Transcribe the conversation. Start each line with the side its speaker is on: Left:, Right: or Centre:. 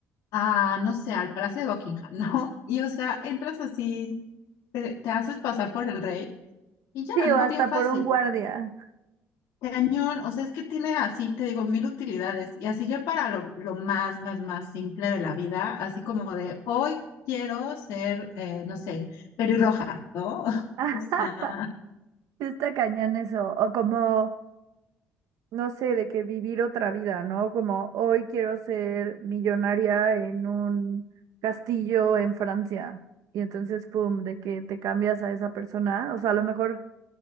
Left: a, no sé, al Palacio de Buckingham, <laughs> ¿no? Y, o sea, entras así, te, te haces pasar por el rey y ya,
Right: Sí,
Left: ¿no?
Right: o hasta
Left: Bien fácil.
Right: por un guardia.
Left: Cañón, o sea, es que tiene así, te digo, mil utilidades. Y así ya para lo, lo más, más, más simple de la vida, así como de hoy quiero ser, eh, no sé, pelirroja, ¿no? <laughs>
Right: <laughs>
Left: O sea,
Right: Sí Está cañón eso. O como, no sé, de que vivir otra vida, ¿no? Como hoy quiero ser millonaria en un castillo en Francia. Y entonces, pum, de que te cambias a esa persona. O sea, a lo mejor